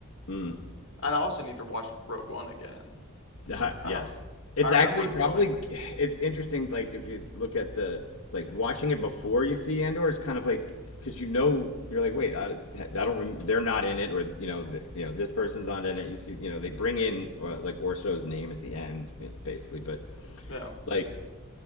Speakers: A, on the left; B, on the left.
A: Mm,
B: And I also need to watch Rogue One again
A: <laughs>
B: because
A: yes,
B: I don't.
A: it's
B: I remember
A: actually
B: enjoying.
A: probably it's interesting. Like if you look at the like watching it before you see Andor, it's kind of like because you know you're like, wait, I, I don't. Rem- they're not in it, or you know, the, you know, this person's not in it. You see, you know, they bring in or, like Orso's name at the end, you know, basically, but
B: It. Yeah.
A: like